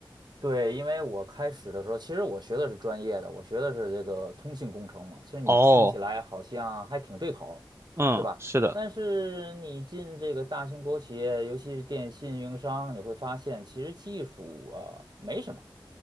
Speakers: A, on the right (about 55°); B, on the right (about 30°).
A: 对，因为我开始的时候，其实我学的是专业的，我学的是这个通信工程嘛。其实你听起来好像还挺对口儿
B: 哦，嗯，
A: 对吧？
B: 是的。
A: 但是你进这个大型国有企业，尤其是电信运营商，你会发现其实技术啊、呃没什么。